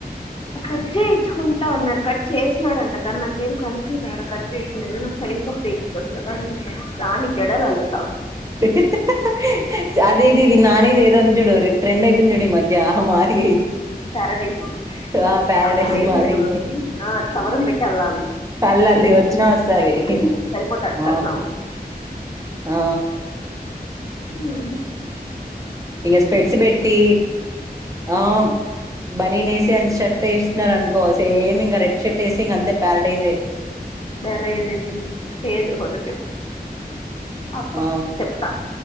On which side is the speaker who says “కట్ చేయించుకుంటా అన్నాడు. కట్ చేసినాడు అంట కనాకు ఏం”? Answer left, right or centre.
Left